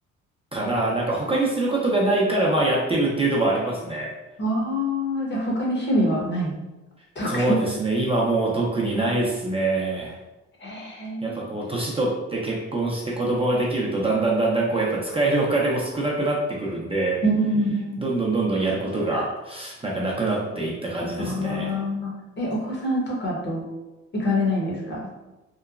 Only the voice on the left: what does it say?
ああー、じゃあ他に趣味はない <laughs> 特に。
へえ。
うんうん
ああ、え、お子さんとかと行かれないんですか